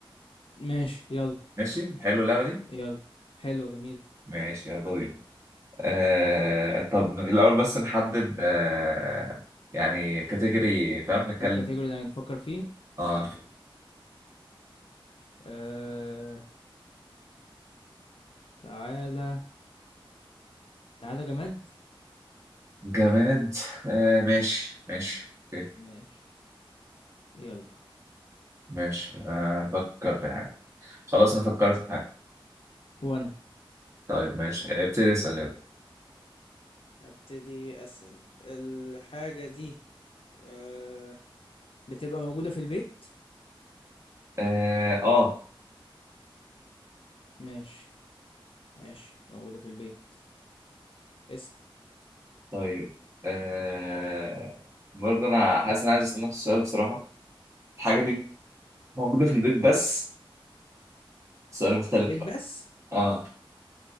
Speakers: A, on the left; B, on the right.
A: ماشي يلا
B: ماشي حلو اللعبه دي
A: يلا حلوة جميل
B: ماشي يلا بينا آه طب الأول بس نحدد آه يعني كاتيجوري فاهم نتكلم
A: الكاتيجوري اللي هنفكر فيه
B: اه
A: آه... تعالى تعالى جماد
B: جماد آه ماشي ماشي اوكي
A: ماشي يلا
B: ماشي آه فكر في حاجة خلاص أنا فكرت في حاجة
A: وانا
B: طيب ماشي آه، ابتدي اسأل يلا
A: ابتدي اسأل الحاجة دي آه... بتبقى موجودة في البيت
B: اه آه،
A: ماشي ماشي موجودة في البيت اسأل
B: طيب آه برضه أنا حاسس إن أنا عايز أسأل نفس السؤال بصراحة الحاجة دي
A: مم.
B: موجودة في البيت بس سؤال مختلف
A: في البيت
B: بقى
A: بس
B: اه